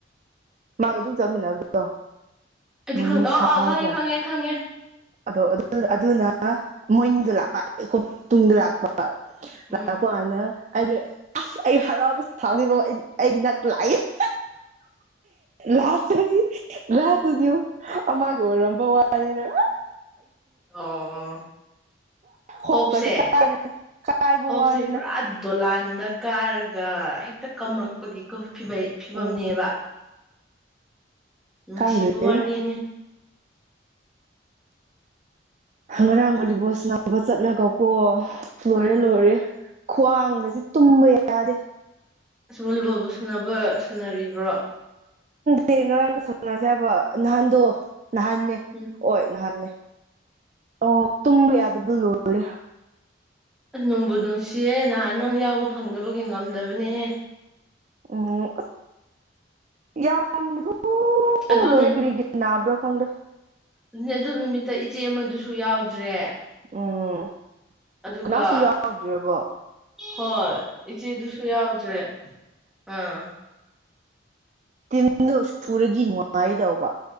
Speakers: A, on the right; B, in the centre.
A: ꯃꯥꯒ ꯑꯗꯨꯝ ꯆꯠꯃꯤꯟꯅꯕꯗꯣ
B: ꯑꯩꯗꯤꯦ
A: ꯃꯣꯔꯅꯤꯡ ꯁꯥ
B: ꯑ ꯑꯥ
A: ꯍꯥꯏꯕ꯭ꯔꯥ
B: ꯈꯪꯉꯦ ꯈꯪꯉꯦ ꯈꯪꯉꯦ
A: ꯑꯗꯣ ꯑꯗꯨꯅ ꯃꯣꯏꯅꯤꯗ ꯂꯥꯛꯄꯈ ꯇꯨꯡꯗ ꯂꯥꯛꯄ
B: ꯎꯝ
A: ꯂꯄꯅ ꯍꯥꯏ ꯑꯁ ꯑꯩ ꯍꯔꯥꯎꯕꯁꯨ ꯁꯥꯎꯅꯤꯡꯕꯧ ꯑꯩꯒꯤ ꯅꯛ ꯂꯥꯛꯏꯁ ꯂꯥꯁꯅꯤ ꯂ ꯇꯨꯊ ꯑꯃꯒꯔ ꯅꯝꯝꯕ ꯋꯥꯅꯤꯅꯦ
B: ꯑꯣ
A: ꯈꯣꯛꯀꯁꯦ
B: ꯍꯣꯞꯁꯦ
A: ꯀꯥꯔꯦ ꯀꯥꯏꯕ
B: ꯍꯣꯞꯁꯦ
A: ꯋꯥꯅꯤꯗ
B: ꯄꯨꯔꯥ ꯗꯂꯥꯟ ꯗꯔ ꯀꯥꯔꯒ ꯍꯦꯛꯇ ꯀꯝꯔꯛꯄꯒꯤ ꯐꯤꯕꯝꯅꯦꯕ
A: ꯎꯝ
B: ꯎꯝ
A: ꯈꯪꯗ꯭ꯔꯦꯗ
B: ꯁꯤꯕꯋꯥꯅꯤꯅꯤ
A: ꯪ ꯉꯔꯥꯡꯒꯂꯤꯕꯣꯁ ꯅꯅꯥꯕ ꯆꯠꯂꯒ ꯀꯣ ꯂꯣꯏꯔꯦ
B: ꯎꯝ
A: ꯂꯣꯏꯔꯦ ꯈ꯭ꯋꯥꯡꯒꯁꯦ ꯇꯨꯝꯕ ꯌꯥꯗꯦ
B: ꯑꯕꯨ ꯂꯨꯕꯣꯕꯨ ꯁꯅꯕ ꯁꯥꯟꯅꯔꯤꯕ꯭ꯔꯣ
A: ꯗꯤ ꯉꯔꯥꯡꯒ ꯁꯝꯅꯁꯦ ꯍꯥꯏꯕ ꯅꯍꯥꯟꯗꯣ ꯅꯍꯥꯟꯅꯦ
B: ꯎꯝ
A: ꯍ ꯅꯍꯥꯟꯅꯦ ꯑꯣ ꯇꯨꯝꯕ ꯌꯥꯗꯕꯗꯨꯣ ꯂꯣꯏꯔꯦ
B: ꯑꯁ ꯅꯣꯡꯕꯨ ꯅꯨꯡꯁꯤꯌꯦꯦ ꯅꯍꯥꯟ ꯅꯪ ꯌꯥꯎꯕ ꯐꯪꯗꯕꯒꯤ ꯉꯝꯗꯕꯅꯦꯍꯦ
A: ꯎꯝ ꯌꯥꯝ ꯑꯣ
B: ꯑꯗꯨ
A: ꯂꯣꯏꯔꯦ ꯀꯔꯤꯒ ꯅꯅꯥꯕ꯭ꯔ ꯈꯪꯗ
B: ꯑꯗꯨꯅꯦ ꯑꯗꯨ ꯅꯨꯃꯤꯠꯇ ꯏꯆꯦ ꯑꯃꯗꯨꯁꯨ ꯌꯥꯎꯗ꯭ꯔꯦ
A: ꯎꯝ
B: ꯑꯗꯨꯒ
A: ꯀꯅꯥꯁꯨ ꯌꯥꯎꯗ꯭꯭ꯔꯕꯣ
B: ꯍꯣꯏ ꯏꯆꯦꯗꯨꯁꯨ ꯌꯥꯎꯗ꯭ꯔꯦ ꯑꯥ
A: ꯇꯤꯟꯗꯣ ꯁꯨꯔꯗꯤ ꯅꯨꯡꯉꯥꯏꯗꯧꯕ